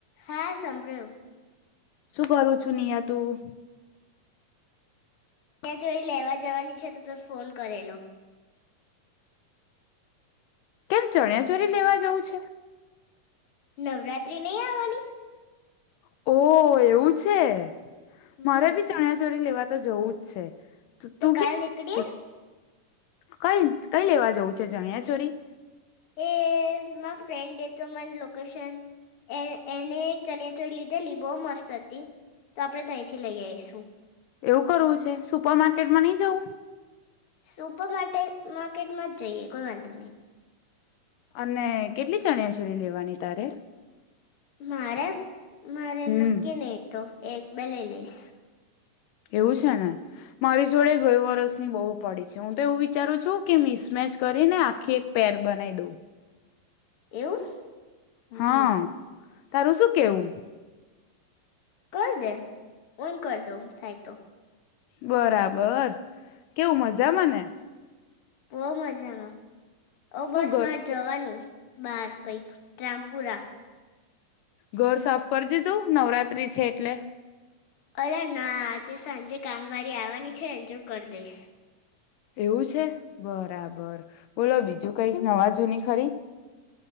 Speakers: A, on the left (about 50°); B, on the left (about 80°).
A: હા સાંભળ્યો.
B: શું કરું છું? નિય તું
A: ચણીયા ચોળી લેવા જવાની છે. તો તમે ફોન કરેલો.
B: કેમ ચણિયાચોરી લેવા જવું છે.
A: નવરાત્રી નઈ આવાની.
B: ઓ એવું છે.
A: હમ
B: મારે બી ચણ્યાચોરી લેવા તો જવું જ છે.
A: તો
B: તું
A: કાલ
B: ક્યાં
A: નીકડીયે.
B: કઈ કઈ લેવા જવું છે? ચણ્યાચોરી.
A: એ મા ફ્રેન્ડે તો મને લોકેશન એ એને ચણ્યા ચોરી લીધેલી બહુ મસ્ત હતી તો આપણેે તયથી લઈ આવીઈશું.
B: એવું કરવું છે. સુપર માર્કેટમાં નઈ જવું?
A: સુપર માટે માર્કેટમાં જ જઈએ કોઈ વાંધો નઈ.
B: અને કેટલી ચણિયા ચોરી લેવાની તારે?
A: મારે મારે
B: હમ
A: નક્કી નઈ તો. એક-બે લેલીસ.
B: એવું છે ને મારી જોડે ગઈ વરસની બહુ પડી છે. હું તો એવું વિચારું છું કે મિસમેચ કરીને આખી એક પેર બનાવી દઉં.
A: એવું? હમ
B: હા. તારું શું કેવું?
A: કર દે. હુંય કર દઉં થાય તો.
B: બરાબર. કેવું મજામાંને?
A: બઉ મજામાં. ઓ બસ
B: શું ઘર
A: માં જવાનું બાર કંઈક રામપુરા.
B: ઘર સાફ કરી દીધું નવરાત્રી છે એટલે.
A: અલા ના આજે સાંજે કામવારી આવવાની છે એન જો કરી દઈશ.
B: એવું છે બરાબર બોલો બીજું કઈક નવા જૂની ખરી